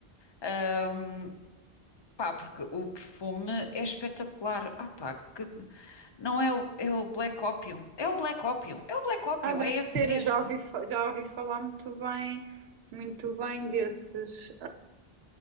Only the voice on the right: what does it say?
Ah, deve
ser,
já ouvi, fa- já ouvi falar muito bem, muito bem desses.